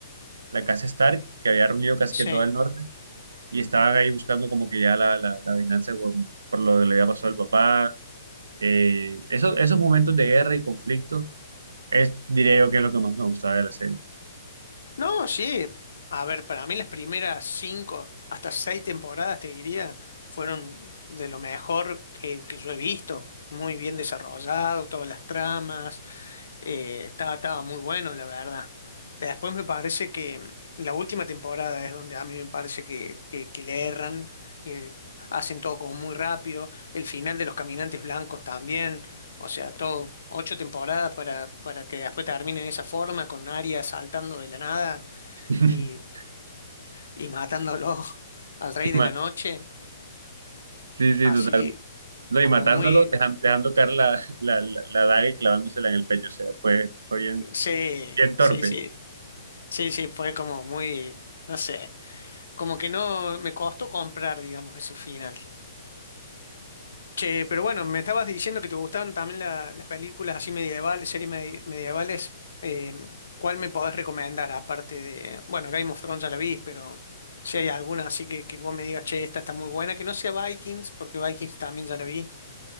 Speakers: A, on the right (about 85°); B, on the left (about 80°).
A: la casa Stark, que había reunido casi
B: Sí.
A: que todo el norte, y estaban ahí buscando como que ya la, la, la venganza por, por lo que le había pasado al papá Eh, esos, esos momentos de guerra y conflicto, es, diría yo que es lo que más me gustaba de la serie.
B: No, sí. A ver, para mí las primeras cinco, hasta seis temporadas, te diría, fueron de lo mejor que, que yo he visto. Muy bien desarrollado, todas las tramas. eh, estaba, estaba muy bueno, la verdad. Después me parece que mm, la última temporada es donde a mí me parece que, que, que le erran, que hacen todo como muy rápido. El final de Los Caminantes Blancos también. O sea, todo ocho temporadas para, para que después termine de esa forma, con Arya saltando de la nada
A: <laughs>
B: y, y matándolo <laughs> al rey
A: Y
B: de
A: ma-
B: la noche.
A: Sí, sí,
B: Así
A: total. No, y
B: como
A: matándolo,
B: muy...
A: dejan- dejando caer la, la, la- la daga y clavándosela en el pecho. O sea, fue, fue bien,
B: Sí,
A: bien torpe.
B: sí, sí. Sí, sí, fue como muy... No sé, como que no me costó comprar, digamos, ese final. Che, pero bueno, me estabas diciendo que te gustaban también la- las películas así medievales, series medi- medievales. Eh, ¿cuál me podés recomendar? Aparte de, bueno, Game of Thrones ya la vi, pero si hay alguna así que, que vos me digas, che, esta está muy buena, que no sea Vikings, porque Vikings también ya la vi.